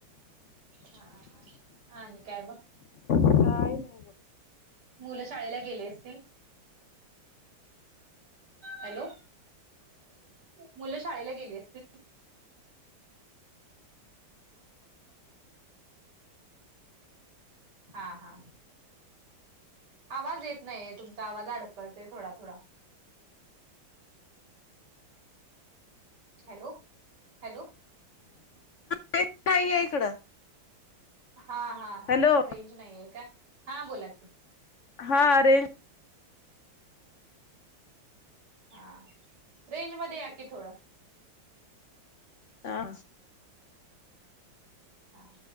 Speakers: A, on the right; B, on the left.
A: हा हा, आणि काय मग?
B: काय नाही बघ
A: मुलं शाळेला गेली असतील. हॅलो, मुलं शाळेला गेली असतीलं. हा हा, आवाज येत नाहीय तुमचा आवाज अडकळतो थोडा थोडा. हॅलो हॅलो,
B: रेंज नाही आहे इकडं.
A: हा हा हा
B: हॅलो
A: हा, रेंज नाही आहे का हा बोला की,
B: हा रेज''--'
A: हा, रेंज मध्ये या की थोडं.
B: हा,
A: हा,